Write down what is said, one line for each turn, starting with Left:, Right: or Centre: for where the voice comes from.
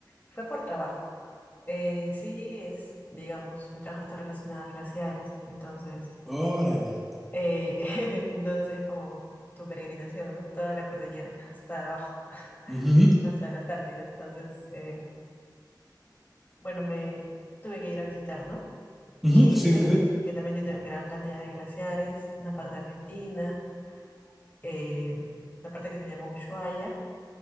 Left: Fue por trabajo. Eh, en sí es, digamos, mi trabajo está relacionado a glaciares, entonces,
Centre: <laughs> Órale.
Left: eh, <laughs> entonces es como tu peregrinación, ¿no? Toda la cordillera, hasta abajo, <laughs>
Centre: Ujú,
Left: hasta la Antártida. Entonces, eh, bueno, me tuve que ir a visitar, ¿no?
Centre: ujú,
Left: Chile,
Centre: Sí, sí, sí.
Left: que también tiene gran cantidad de glaciares, una parte de Argentina, eh, la parte que se llama Ushuaia,